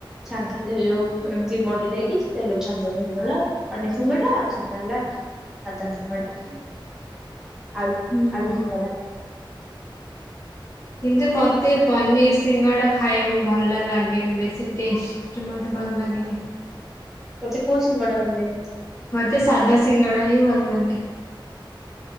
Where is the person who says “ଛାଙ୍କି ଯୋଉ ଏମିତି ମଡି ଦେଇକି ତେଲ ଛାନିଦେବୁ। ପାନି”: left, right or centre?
Centre